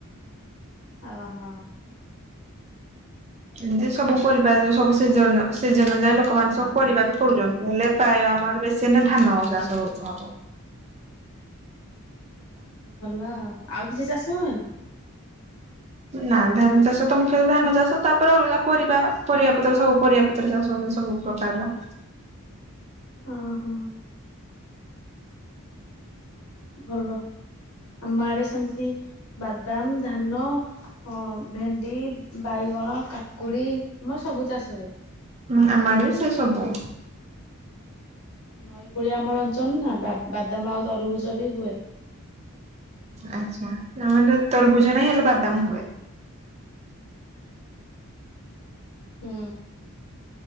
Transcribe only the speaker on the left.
ଓହୋ।
ଅ ଭଲ ଆଉ କିଛି ଚାଷ ହୁଏନି?
ଓହୋ। ଭଲ ଆମ ଆଡେ ସେମିତି ବାଦାମ ଧାନ ଅ ଭେଣ୍ଡି, ବାଇଗଣ, କାକୁଡ଼ି ମୋର ସବୁ ଚାଷ ହୁଏ।
ନଈ କୂଳିଆ ଆମର ଅଞ୍ଚଳ ନା ବା- ବାଦାମ ଆଉ ତରଭୁଜ ବି ହୁଏ।
ହୁଁ।